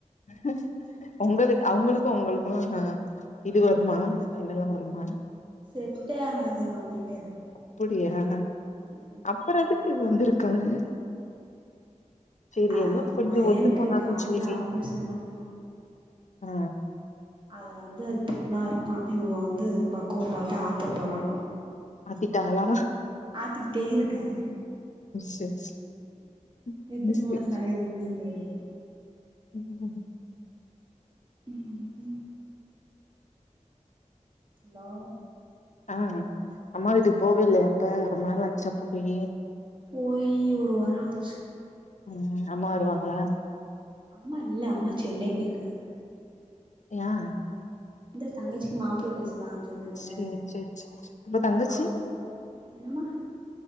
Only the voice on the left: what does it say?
ம் உங்களு அவங்களுக்கு உங்களுக்குக இது வருமா சண்டலா வருமா
அப்புடியா
அப்பறோ எதுக்கு ங்க வந்திருக்காரு செரி
எதோ கொஞ்சொ
ஒத்து போனாதா
செரி
ஆ
ஆத்திட்டாகளா
சேரி சேரி
சேரி
<unintelligible>
ஆ அம்மாவ வீட்டுக் போவே இல்லையா அப்ப ரொம்ப நாள் ஆச்சாப் போயி
ம் அம்மா வருவாங்களா
யா
சேரி சேரி சேரி சேரி அப்ப தங்கச்சி